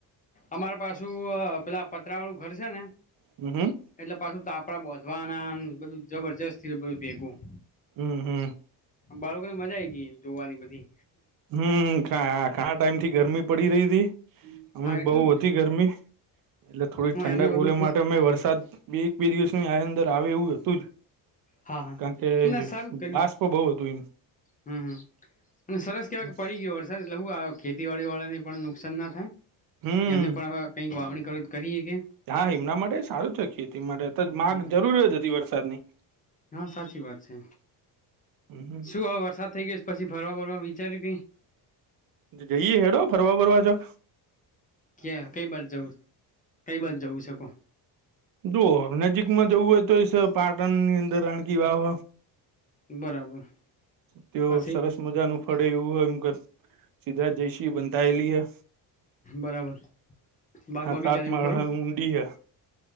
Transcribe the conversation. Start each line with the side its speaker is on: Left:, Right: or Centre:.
Left: અમાર પાછું પેલા પતરા વાળું ઘર છે ને
Right: હ હમ.
Left: એટલે પાછું તોાપડા બોંધવાના બધું જબરજસ્ત બધું ભેગું.
Right: હમ હમ.
Left: બાળકો ને મજા આ આવી ગઈ જોવાની બધી.
Right: હમ કાં ટાઈમ થી ગરમી પડી રહી હતી. અમે
Left: હા એટલે
Right: બઉુ
Left: જ
Right: વધી
Left: ને
Right: ગરમી એટલે થોડી
Left: હ
Right: ઠંડક
Left: એમને બધું
Right: બોલી માટે અમે વરસાદ. બે એક બે દિવસ આ અંદર આવે એવું હતું જ.
Left: હા હા
Right: કારણ કે
Left: ના સારું કર્યું
Right: વાસપ બહુ હતું એમ.
Left: હમ હમ અને સરસ
Right: એમ
Left: કહેવાય કે પડી ગયો સર એટલે હું આ ખેતીવાડીવાળાને પણ નુકસાન ના થાય.
Right: હમ
Left: એમને પણ કંઈક વાવણી કર કરીએ કે.
Right: હા એમના માટે સારું છે ખેતી માટે માગ
Left: હમ
Right: જરૂરત હતી વરસાદની.
Left: હા સાચી વાત છે
Right: હમ
Left: શું હવે વરસાદ થઈ ગયો છે પછી ફરવા ફરવા વિચાર્યું કઈ.
Right: જઈએ હેડો ફરવા ફરવા જ.
Left: ક્યાં કઈ બાજ જવું કઈ બાજ જવું શકો.
Right: જો નજીકમાં જવું હોય તો એ પાટણ ની અંદર રાણીકી વાહ
Left: બરાબર.
Right: તે
Left: પછી
Right: સરસ મજા ન ફળે એવું હોય એમ કે સીધા જયસિં બનતાયેલી હે.
Left: બરાબર બાગ
Right: આ
Left: બગીચા
Right: સાત
Left: એવું
Right: માળ
Left: ખરું.
Right: ઊંડી હ